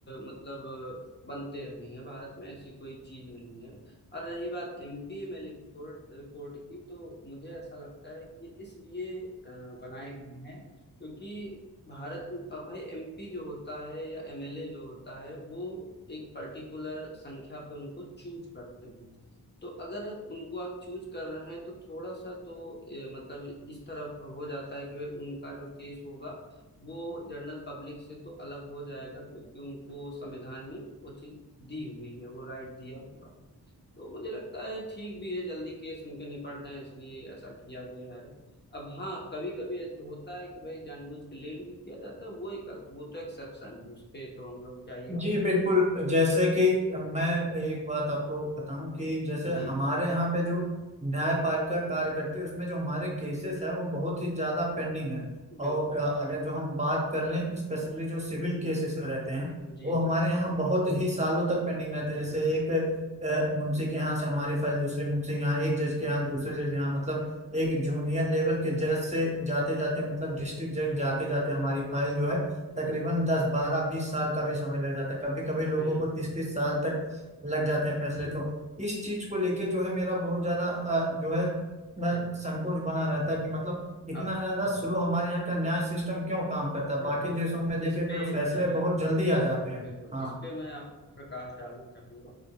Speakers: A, on the left (about 25°); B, on the right (about 15°).
A: मतलब अ, बनते रहे हैं भारत में ऐसी कोई चीज नहीं है और रही बात एमपीएमएलए की कोर्ट कोर्ट की तो मुझे ऐसा लगता है कि ये इसलिए अ, बनाए गए हैं क्योंकि भारत में अब भाई एमपी जो होता है या एमएलए जो होता है वो एक पर्टिकुलर संख्या पे उनको चूज करते हैं तो अगर उनको आप चूज कर रहे हैं तो थोड़ा सा तो अ, मतलब इस तरफ हो जाता है कि भाई उनका जो केस होगा वो जनरल पब्लिक से तो अलग हो जाएगा क्योंकि उनको संविधान ने वो चीज दी हुई है वो राइट दिया हुआ है तो मुझे लगता है ठीक भी है जल्दी केस उनके निपट जाए इसलिए ऐसा किया गया है अब हाँ कभी कभी ये तो होता है कि भाई जानबूझ के लेट भी किया जाता है वो एक वो तो एक्सेप्शन है उस पे तो हम लोग क्या ही बात
B: जी बिल्कुल
A: करें
B: जैसे कि मैं एक बात आपको बताऊं कि जैसे
A: जी
B: हमारे
A: जी
B: यहाँ पे जो न्यायपालिका कार्य करती है उसमें जो हमारे केसेस है वो बहुत ही ज्यादा पेंडिंग है
A: बिल्कुल
B: और अ, अगर जो हम बात कर लें स्पेशली जो सिविल केसेस रहते हैं
A: जी
B: वो हमारे
A: जी
B: यहाँ बहुत ही सालों तक पेंडिंग रहते हैं
A: हम्म,
B: जैसे एक अ, मुंशी के यहाँ से हमारी फाइल दूसरे मुंशी के यहाँ एक जज के यहाँ दूसरे जज के यहाँ मतलब एक जूनियर लेवल के जज से जाते जाते मतलब डिस्ट्रिक्ट जज जाते जाते हमारी फाइल जो है
A: हम्म,
B: तकरीबन दस बारह बीस साल का भी समय लग जाता है कभी कभी लोगों
A: बिल्कुल
B: को तीस तीस साल तक लग जाते हैं फैसले
A: हम्म,
B: तो इस चीज को लेके जो है मेरा बहुत ज्यादा अ, जो है मैं
A: बिल्कुल
B: संकोच बना रहता
A: बिल्कुल
B: है कि मतलब इतना
A: अब
B: ज्यादा स्लो
A: हाँ
B: हमारे यहाँ का न्याय
A: बिल्कुल
B: सिस्टम क्यों काम करता है
A: बिल्कुल
B: बाकी देशों में देखे
A: इस
B: तो
A: पे
B: जो फैसले
A: आ,
B: बहुत जल्दी
A: हाँ
B: आ जाते हैं
A: बिल्कुल
B: हाँ
A: इस पे मैं आप प्रकाश डालना चाहूंगा